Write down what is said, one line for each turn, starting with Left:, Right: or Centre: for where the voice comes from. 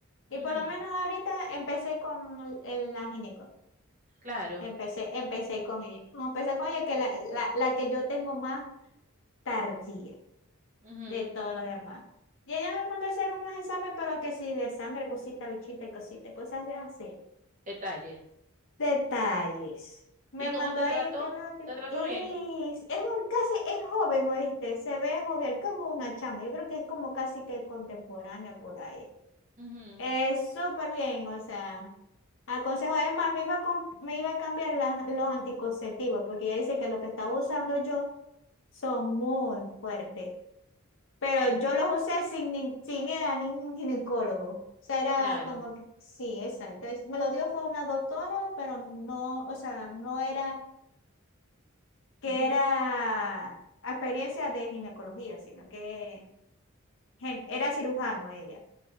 Left: Y
Right: Ujú,
Left: por lo menos ahorita empecé con el- la ginecóloga,
Right: Claro.
Left: empecé, empecé con ella, empecé con ella, que la, la, la que yo tengo más tardía.
Right: ujú,
Left: de todo lo demás. Y ella me mandó a hacer unos exámenes, pero que sí, de sangre, cosita, bichita, cosita, cosas de así.
Right: Detalle.
Left: Detalles. Me
Right: ¿Y cómo
Left: mandó
Right: te
Left: ahí
Right: trató?
Left: antibiótico.
Right: ¿Te trató
Left: Es,
Right: bien?
Left: es un casi, es joven, ¿oíste? Se ve joven, como una chama. Yo creo que es como casi que contemporánea por ahí.
Right: Ujú,
Left: Es súper bien, o sea, aconsejo. Es más, me iba a, com- me iba a cambiar la- los anticonceptivos, porque ella dice que los que estaba usando yo son muy fuertes pero
Right: ujú,
Left: yo los usé sin, nin- sin ir a ningún ginecólogo. O sea, era
Right: Claro.
Left: como que, sí, exacto. Es- Me lo dio fue una doctora, pero no, o sea, no era que
Right: ujú,
Left: era experiencia de ginecología, sino que gen- era cirujano ella.